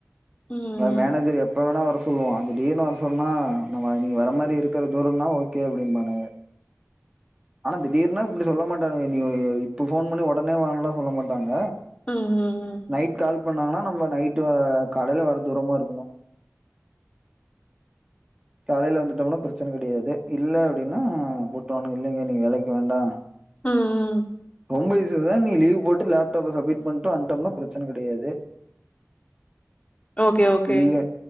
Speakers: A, on the left (about 25°); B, on the right (about 20°).
A: ம்
B: அது மேனேஜர் எப்போ வேணா வர சொல்லுவான் திடீர்னு வர சொன்னா நா வ நீங்க வர மாரி இருக்கற தூரன்னா ஓகே அப்டிம்பானுங்க ஆனா திடீர்னா இப்டி சொல்ல மாட்டானுங்க நீ இப்ப ஃபோன் பண்ணி ஒடனே வான்லா சொல்ல மாட்டாங்க
A: ம்.
B: நைட் கால் பண்ணாங்கன்னா நம்ம நைட்டு காலையில வர தூரமா இருக்கனும் காலையில வந்துட்டோம்னா பிரச்சன கெடையாது இல்ல அப்டின்னா போட்டுருவானுங்க இல்லைங்க நீங்க வேலைக்கு வேண்டா
A: ம் ம்
B: ரொம்ப யோசிக்காதா நீ லீவ் போட்டு லேப்டாப்ப சமிட் பண்ட்டு வன்ட்டம்னா பிரச்சன கெடையாது
A: ஓகே, ஓகே.
B: இல்ல